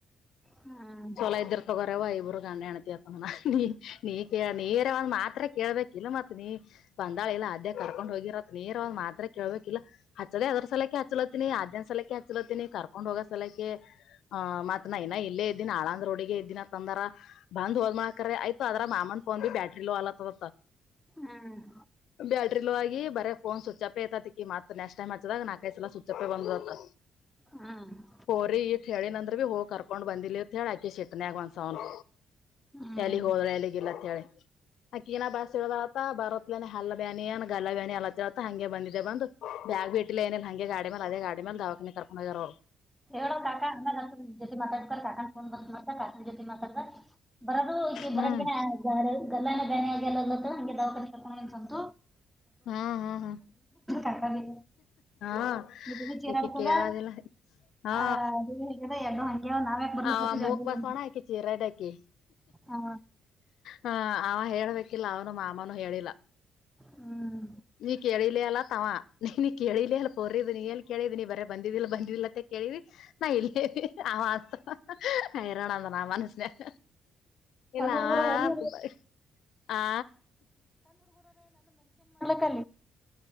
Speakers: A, in the centre; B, on the left (about 80°).
A: ಹ್ಮ್
B: ಚೊಲೋ ಇದ್ದಿರ್ ತಗೋರವ ಇಬರು ಗಂಡ ಹೆಂಡತಿ ನಿ ಕೇಳ್ ನೇರವಾದ್ ಮಾತ್ರ ಕೇಳ್ಬೇಕ ಇಲ್ಲ ಮತ್ ನೀ ಬಂದಾಳ ಇಲ್ಲ ಅದೇ ಕರ್ಕೊಂಡ್ ಹೋಗಿರತ್ ನೇರವಾದ್ ಮಾತ್ರ ಕೇಳ್ಬೇಕ್ ಹಿಲ್ಲಾ ಹಚ್ಚೋಳ ಅದ್ರ ಸಲಕಕ್ಕೆ ಹಚ್ಚಲತ್ತೀನಿ ಆದ್ಯ ಸಲಕ್ಕೆ ಹಚ್ಚಲಕತೀನಿ ಕರ್ಕೊಂಡ್ ಹೋಗೋ ಸಲಕೆ ಹ ಮತ್ನಾ ಇನ ಇಲ್ಲೇ ಇದ್ದಿನ ಆಳಂದ್ ರೋಡಿಗೆ ಇದ್ದಿನ ತಂದಾರ ಬಂದ್ ಹೋಗ ಕ್ರ ಆಯತ ಅದ್ರ ಮಾಮನ್ ಫೋನ್ ಭ ಬಿ ಬ್ಯಾಟ್ರಿ ಲೋ ಅಗಲಕತದ
A: ಹ್ಮ್ ಹ್ಮ್
B: ಅಂತ ಬ್ಯಾಟ್ರಿಲೋ ಆಗಿ ಬರ ಫೋನ್ ಸ್ವಿಚ್ ಅಪ್ ಐತತಿ ಈ ಮತ್ತ ನೆಕ್ಸ್ಟ್ ಟೈಮ್ ಹಚ್ಚದಾಗ ನಾಕೈಸಲ ಸುಚ್ಚಪ್ಪೆ ಬಂದ್ತ
A: ಹ್ಮ್
B: ಹೋರಿ ಈ ಕೇಳಿ ನ್ರ ಭ ಹೋಗಿ ಕರ್ಕೊಂಡ್ ಬಂದಿಲ್ಲ ಅಂತ ಹೇಳಿ ಆಕಿ ಸಿಟ್ಟಿನ್ಯಾಗ್ ಒಂದ್ ಸವ
A: ಹ್ಮ್
B: ಎಲ್ಲಿಗ್ ಹೋದ್ರ ಎಲ್ಲಿಗ ಇಲ್ಲ ಅಕಿ ಇನ ಬಸ್ ಇಳಾದಲ ಅಂತ ಬಾರ್ ಇಲ್ಲ ಹಲ್ಲ ಬ್ಯಾನಿಏ ಗಲ ಬ್ಯಾನಿ ಅಲ್ಲತ್ತತ್ತ ಹಂಗೆ ಬಂದಿದೆ ಬಂದು ಬ್ಯಾಗ್ ಬಿಟ್ಟಿಲ್ಲ ಏನಿಲ್ಲ ಹಂಗೆ ಗಾಡಿ ಮೇಲೆ ಅದ ಗಾ ಮೇ ಮ ದಾವನ್ನ ತರಕೊಂಡ ಯಾರೋರು
A: ಹೇಳೋ ಕಾ ಅಂಗ ಜೊತೆ ಮಾತಾಡ್ತಾರೆ ಕಾ ಫೋನ್ ಬಂದ್ತ ಕಾಕ ಜೊ ಮಾತಾ ಬರಬ್ಬರಾರ
B: ಹ್ಮ್
A: ಗಲ್ಲ ಏನೋ ಬ್ಯಾನಿ ಅಗಿದವ ಅಂತ ದವಾಖಾನೆ ಗೆ ಕರಕೊಂಡು ಹೋಗಿದಾನೆ ಅಂತ
B: ಹ್ಮ ಹ್ಮ ಹ್ಮ
A: ಕಾಕಾಗೆ
B: ಹಾ
A: ನಿದ್ದಿನು ಚೇರ್
B: ಈಕಿ
A: ಆಗ್ತದ.
B: ಕೆಳದಿಲ್ಲ ಹಾ
A: ಆ ಆಗ್ಯದ ಎರ್ಡು ಹಂಗ್ಯಾವ ನಾವ್ಯಾಕ್ ಬರ್ಲಕತ್ತಿದ್ವಿ
B: ಅವ ಮೂಕ್
A: ಅಲ್ಲಿಲ್ಲಿಂದ
B: ಬಸೋಣ ಆಕಿ ಚೀರ ಚಿರಾಡಕಿ
A: ಹಾ
B: ಹ ಅವ ಹೇಳ್ಬೇಕಿಲ್ಲ ಅವನು ಮಾಮನುೂ ಹೇಳಿಲ್ಲ
A: ಹ್ಮ್
B: <unintelligible> ನೀ ಕೇಳಿಲಿ ಅಲ್ಲ ತವಾ ನೀ ನೀ ಕೇಳಿಲ ಅಲ್ಲ ಪೋರಿದ ನೀ ಎಲ್ಲಿ ಕೇಳಿದಿ ನೀ ಬರೇ ಬಂದಿದಿಲ್ಲ ಬಂದಿ ಲ್ಲತ್ತ ಕೇಳಿದಿ ನಾ ಇಲ್ಲೇ ಆ ಮಾಸ ಇರೋಣ ಅಂದ ನ ಆ ಮನಸನ್ಯಾಗ
A: ಸಣ್ಣ
B: ಇಲ್ಲ
A: ಹುಡ್ಗುರ್ ಅವರಿ
B: ಹಬ ಆ
A: ಕ